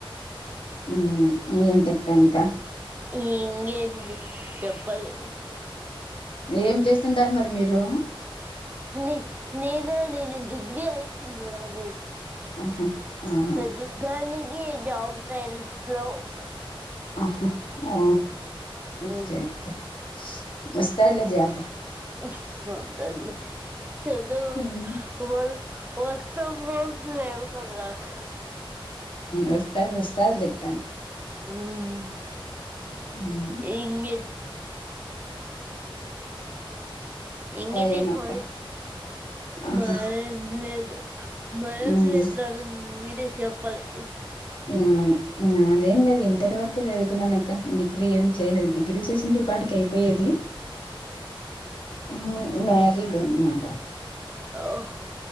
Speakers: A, on the left; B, on the right.
A: ఉమ్ ఏంటి ఇంకా ఇంకా
B: ఇంకేంటి చెప్పాలి
A: ఏం చేస్తుంటారు మరి మీరు
B: నే నేను డిగ్రి అయిపోయింది నాది
A: ఆహా! ఆహా!
B: ప్రస్తుతానికి జాబ్ ట్రయల్స్ లో ఉన్న
A: ఆహా ఓ ఓకే
B: ఉమ్
A: ఓకే వస్తాదిలే జాబ్
B: వస్తాదిలే చదువు
A: హ్మ్.
B: మళ్ళీ <unintelligible> లేవు కద నాకు
A: వస్తాది వస్తాది లేక్క
B: ఉమ్
A: హ్మ్.
B: ఇంకేంటి ఇంకేటి
A: ఇంకా ఏమక్క?
B: హాలీ
A: ఆహా!
B: మాదేం లేదు మాదేం
A: హ్మ్.
B: లేదు రా మీది చెప్పాలి
A: ఆ నాదెం లేదు ఇం ఇంటర్ వరకే చదువుకున్నానక్క డిగ్రీ ఏం చేయలేదు డిగ్రీ చేసుంటే ఈ పాటికి అయిపోయేది అహ మాది <unintelligible> మాట
B: ఓహ్